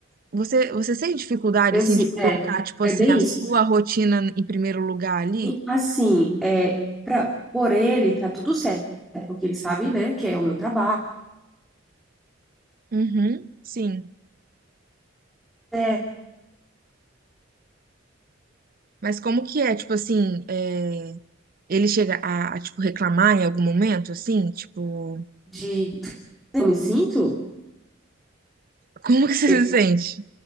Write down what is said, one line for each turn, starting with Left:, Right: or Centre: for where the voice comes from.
Right: Você, você sente dificuldade
Centre: Eu
Right: assim
Centre: sei,
Right: de colocar
Centre: é,
Right: tipo
Centre: é
Right: assim
Centre: bem
Right: a sua
Centre: isso.
Right: rotina em primeiro lugar ali?
Centre: E assim, é, pra, por ele tá tudo certo, porque ele sabe, né, que é o meu trabalho,
Right: Uhum, sim.
Centre: é
Right: Mas como que é, tipo assim, é, ele chega a, a, tipo reclamar em algum momento, assim, tipo,
Centre: de eu me sinto,
Right: como que você
Centre: eu-
Right: <laughs> se sente?